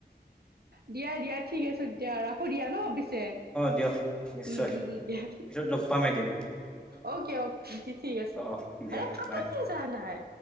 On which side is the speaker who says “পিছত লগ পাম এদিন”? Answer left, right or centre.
Centre